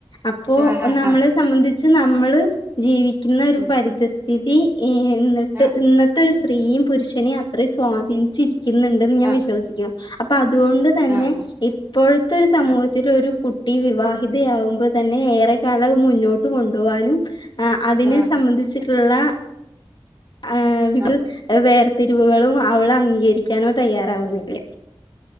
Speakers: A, on the left; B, on the right.
A: അപ്പോ
B: ആഹാഹാ
A: നമ്മളെ സംബന്ധി ച് നമ്മള് ജീവിക്കുന്ന
B: ഉം
A: പരിതസ് സ്ഥിതി എന്നിട്ട്
B: ആ
A: ഇന്നത്തെ ഒരു സ്ത്രീയും പുരുഷനേ അത്രയും സ്വാധീനിച്ചിരിക്കും ക്കുന്നുണ്ടെന്ന് ഞാൻ
B: ആ
A: വിശ്വസിക്കുന്നു അപ്പൊ അത് അതുകൊണ്ട് തന്നെ
B: ആഹാ
A: ഇപ്പോഴത്തെ ഒരു സമൂഹത്തിൽ
B: ആ
A: ഒരു കു കുട്ടി വിവാഹിതയാവുമ്പോ തന്നെ ഏറെ കാലം മുന്നോട്ട് കൊണ്ടുപോകാനും ആ അതിന്
B: ആഹാ
A: സംബന്ധിച്ചിട്ടുള്ളാ ആ <unintelligible>
B: ആ
A: വേർ തെരിവുകളും അവള് അംഗീകരിക്കാനോ തയ്യാറാവുന്നില്ല